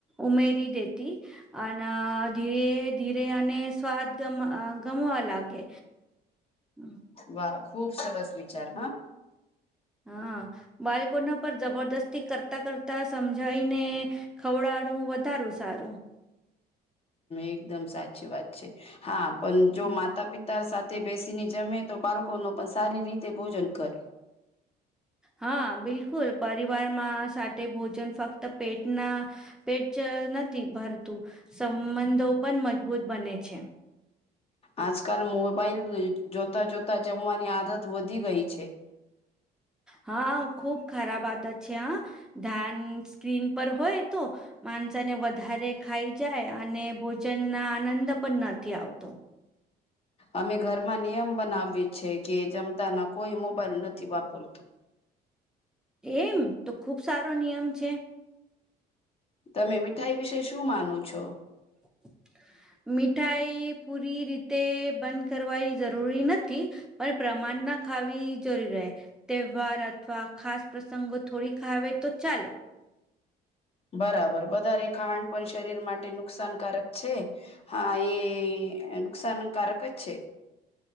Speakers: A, in the centre; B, on the left.
A: ઉમેરી દેતી અને ધીરે ધીરે અને સ્વાદ ગમ અ ગમવા લાગે હમ
B: વા ખૂબ સરસ વિચાર હા
A: હા બાળકોને પણ જબરદસ્તી કરતા કરતા સમજાઈીને ખવડાડું વધારું સારું
B: એકદમ સાચી વાત છે હા પણ જો
A: હમ
B: માતા પિતા તાર સાથે બેસીને જમે તો બાળકો ન પણ સારી રીતે ભોજન કરે
A: હા બિલકુલ પરિવારમાં સાથે ભોજન ફક્ત પેટના પેટ નથી ભરતું સંબંધો પણ મજબૂત બને છે
B: આજકાલ મોબાઈલ જોતા જોતા જમવાની આદત વધી ગઈ છે.
A: હા ખુબ ખરાબ આદત છે હા ધ્યાન સ્ક્રીન પર હોય તો. માણસા ને વધારે ખાઈ જાય અને ભોજન ના આનંદ પણ નથી આવતો.
B: અમે ઘરમાં નિયમ બનાવીએ છે કે જમતા ના કોઈ મોબાઈલ નથી વાપરતું.
A: એમ તો ખુબ સારો નિયમ છે.
B: તમે મીઠાઈ વિશે શું માનું છો.
A: <inaudible> મીઠાઈ પૂરી રીતે બંધ કરવાની જરૂરી નથી. પણ પ્રમાણ ના ખાવી જરૂરી રહે તહેવાર અથવા ખાસ. પ્રસંગો થોડીકાવ તો ચાલે.
B: બરાબર વધારે ખાંડ પણ શરીર માટે નુકસાનકારક છે હા એ. એ નુકસાનકારક જ છે.